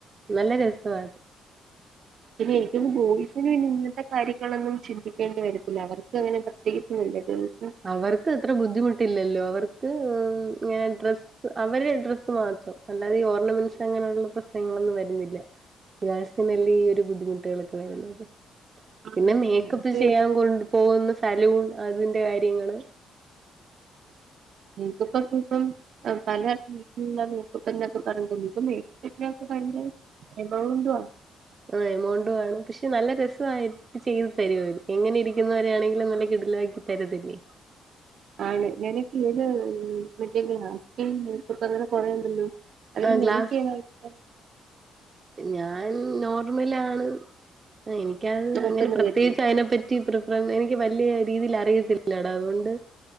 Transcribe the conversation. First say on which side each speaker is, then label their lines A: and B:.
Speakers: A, on the right (about 35°); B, on the right (about 60°).
A: നല്ല രസാണത്
B: പിന്നെ എനിക്കൊന്നും ബോയിസ് <unintelligible> ആ കാര്യങ്ങളൊന്നും ചിന്തിക്കേണ്ടി വരത്തില്ല അവർക്ക് അങ്ങനെ പ്രത്യേകിച്ച് ഒന്നുല്ലതും
A: അവർക്ക് ഇത്ര ബുദ്ധിമുട്ടില്ലല്ലോ അവർക്ക് ഇങ്ങനെ ഡ്രസ്സ്. അവരെ ഡ്രസ്സ് മാത്രം അല്ലാതെ ഈ ഓർണമെന്റ്സ് അങ്ങനെയുള്ള പ്രശ്നങ്ങളൊന്നും വരുന്നില്ല, ഗേൾസിന് അല്ലെ ഈ ഒരു ബുദ്ധിമുട്ടുകൾ ഒക്കെ വരുന്നത്.
B: ആണ്
A: പിന്നെ മേക്കപ്പ്
B: നമുക്ക്
A: ചെയ്യാൻ
B: പിന്നെ
A: കൊണ്ട് പോകുന്നു. സലൂൺ അതിന്റെ കാര്യം. ആണ്
B: എനിക്ക് ഇപ്പം ഇപ്പം പല സിറ്റുള്ള മോപ്പ് എന്റെടുത്ത്‌ പറഞ്ഞിട്ടുണ്ട് ഇപ്പേ <unintelligible> ഭയങ്കര എമൗണ്ട്.
A: ആഹ് എമൗണ്ടും ആണ് പക്ഷെ നല്ല രസവായിട്ട് ചെയ്തു തരും അവരെ എങ്ങനെയിരിക്കുന്നവർ ആണെങ്കിലും നല്ല കിടിലൻ ആക്കി തരത്തില്ലേ.
B: ആണ് ഞാൻ ഈ പേര് കിട്ടിയെങ്കിലാ സ്കിൻ അങ്ങനെത്തെ കൊറെയുണ്ടല്ലോ. അവരൊരു
A: ആ
B: നിനക്ക്
A: ഗ്ലാസ്
B: ഏത് ഇഷ്ടം.
A: ഞാൻ നോർമൽ ആണ്. എനിക്കത്
B: നോക്കുന്നതല്ലേ
A: അങ്ങനെ പ്രത്യേകിച്ച് അതിനെപ്പറ്റി പ്രിപ്പയർ. എനിക്ക് വലിയ രീതിയിൽ അറിയത്തില്ലടാ അതുകൊണ്ട്.